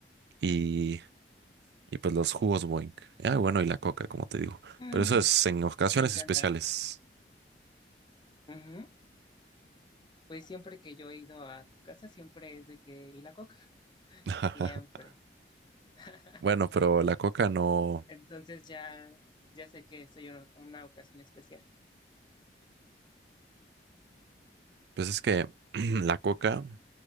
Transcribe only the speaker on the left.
Mm,
Me encanta.
Ujú. Pues siempre que yo he ido a tu casa, siempre es de que, ¿y la coca?
Siempre. <laughs>
Entonces ya, ya sé que soy una, una ocasión especial.